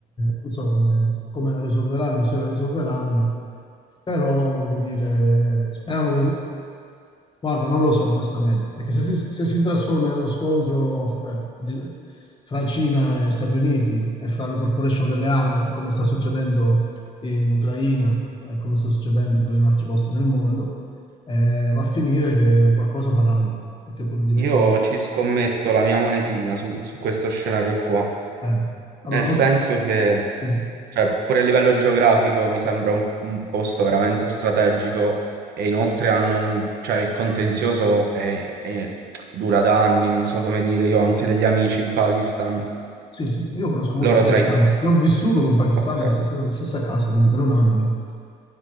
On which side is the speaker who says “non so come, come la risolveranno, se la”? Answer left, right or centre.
Left